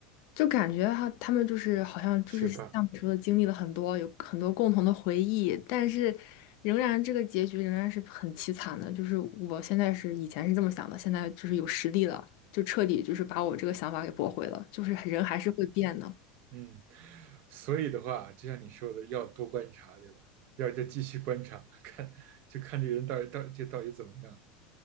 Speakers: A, on the left (about 60°); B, on the right (about 45°).
A: 就感觉哈，他们就是好像就是像你说的经历了很多，
B: <laughs> 学霸。
A: 有很多共同的回忆，但是仍然这个结局仍然是很凄惨的，就是我现在是以前是这么想的，现在就是有实力了。就彻底就是把我这个想法给驳回了，就是人还是会变的。
B: 嗯，所以的话，就像你说的，要多观察，对吧？要再继续观察，看就看这个人到底到底这到底怎么样，